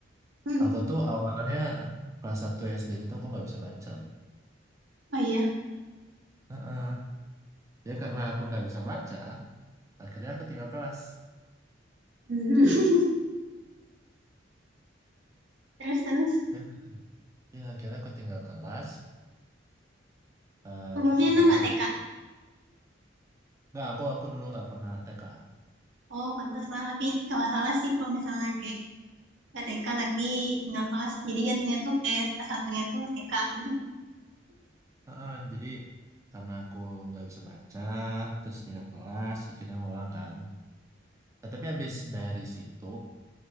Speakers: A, on the right; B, on the right.
A: Hmm.
B: Aku tuh awalnya kelas 1 SD itu aku nggak bisa baca.
A: Oh iya.
B: Heeh. Ya karena aku nggak bisa baca, akhirnya aku tinggal kelas.
A: Hmm. <laughs> Terus terus
B: Ya, betul. Ya, akhirnya aku tinggal kelas, eh,
A: sebelumnya
B: terus
A: emang
B: ngulang.
A: nggak TK?
B: Nggak, aku aku dulu nggak pernah TK.
A: Oh pantas lah, tapi gak masalah sih kalau misalnya kayak nggak TK tapi tinggal kelas. Jadi jatuhnya tuh kayak kelas satunya tuh TK. gitu.
B: Heeh, jadi karena aku nggak bisa baca, terus tinggal kelas, akhirnya ngulang kan. Nah, tapi habis dari situ,